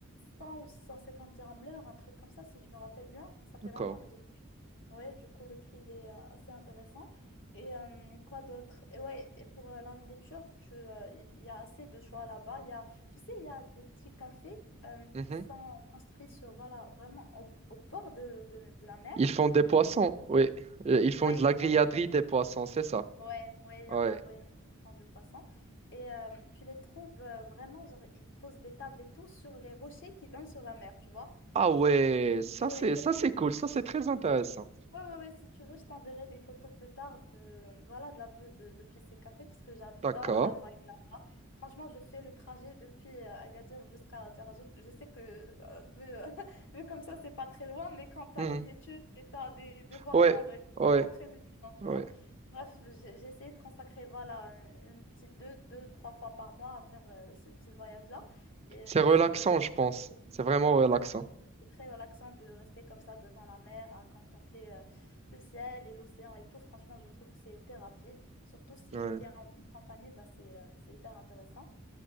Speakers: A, on the left; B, on the right.
A: 100 ou 150 dirhams l'heure, un truc comme ça, si je me rappelle bien. Ça fait
B: d'accord.
A: longtemps que j'ai fait. Ouais, du coup, le prix, il est euh, assez intéressant. Et euh, quoi d'autre? Et ouais, et pour euh, la nourriture, tu, euh, y il y a assez de choix là-bas. Il Y a, tu sais, il y a des petits cafés euh,
B: Mhm.
A: qui sont construits sur, voilà, vraiment au, au bord de, de, de la mer.
B: Ils font des poissons.
A: Et,
B: Oui, Euh, ils font
A: ouais,
B: de la
A: ils
B: grilladerie
A: vendent.
B: des poissons, c'est ça.
A: Ouais, ouais, il y
B: Ouais.
A: en a, ouais, il y en a qui font du poisson. Et euh, tu les trouves euh, vraiment, genre, ils posent des tables et tout sur les rochers qui donnent sur la mer, tu vois.
B: Ah ouais,
A: C'est tel-
B: ça
A: ouais,
B: c'est
A: tellement
B: ça c'est cool,
A: c'est
B: ça
A: proche.
B: c'est très intéressant.
A: Ouais, ouais, ouais, si tu veux, je t'enverrai des photos plus tard de, voilà, de la vue de, depuis ces cafés parce que j'adore
B: D'accord.
A: la vibe là-bas. Franchement, je fais le trajet depuis euh, Agadir jusqu'à Tarazout. Je sais que, euh, vu, euh, <laughs> vu comme ça, c'est pas très loin, mais quand t'as
B: Mhm.
A: les études et t'as des devoirs
B: Ouais,
A: à rendre, et tout,
B: ouais.
A: c'est pas très évident, tu
B: ouais.
A: vois. Bref, j'ai j'ai essayé de consacrer, voilà, une petite deux, deux, trois fois par mois à faire euh, ce petit voyage-là. Et
B: C'est
A: euh, question
B: relaxant,
A: de
B: je pense.
A: visiter
B: C'est vraiment
A: et tout, exactement.
B: relaxant.
A: C'est très relaxant de rester comme ça devant la mer à contempler. euh, le ciel et l'océan et tout, franchement, je trouve que c'est une thérapie. Surtout si
B: Ouais.
A: tu es en bonne compagnie, bah, c'est euh, c'est hyper intéressant.